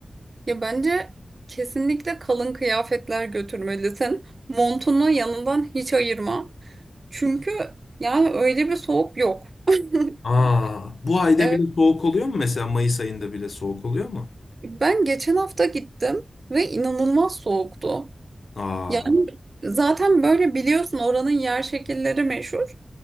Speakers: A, on the right (about 50°); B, on the left (about 75°).
A: Ya bence kesinlikle kalın kıyafetler götürmelisin. Montunu yanından hiç ayırma. Çünkü yani öyle bir soğuk yok. <laughs>
B: Aa, bu ayda
A: Evet,
B: bile soğuk oluyor mu? Mesela Mayıs ayında bile soğuk oluyor mu?
A: ben geçen hafta gittim ve inanılmaz soğuktu.
B: Aa,
A: Yani zaten böyle biliyorsun oranın yer şekilleri meşhur.